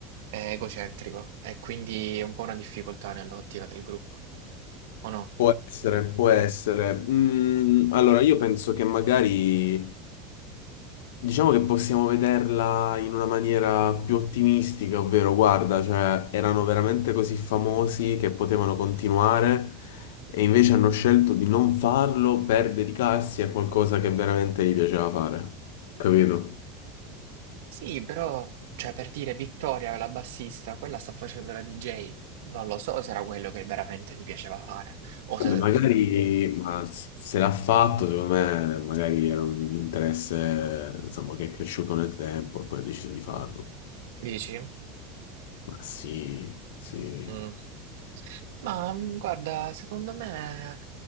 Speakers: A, on the right (about 90°); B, on the left (about 90°).
A: eh, egocentrico e quindi è un po' una difficoltà nell'ottica del gruppo, o no?
B: Può essere, può essere. Mm, allora, io penso che magari Diciamo che possiamo vederla in una maniera più ottimistica, ovvero guarda, cioè erano veramente così famosi che potevano continuare e invece hanno scelto di non farlo per dedicarsi a qualcosa che veramente gli piaceva fare. Capito?
A: Sì, però, cioè, per dire Vittoria, la bassista, quella sta facendo la DJ, non lo so se era quello che veramente gli piaceva fare, o
B: Vabbè,
A: se
B: magari, ma s- se l'ha fatto, secondo me, magari era un interesse, insomma, che è cresciuto nel tempo e poi ha deciso di farlo.
A: dici?
B: Ma sì, sì.
A: Mm. Ma mm, guarda, secondo me,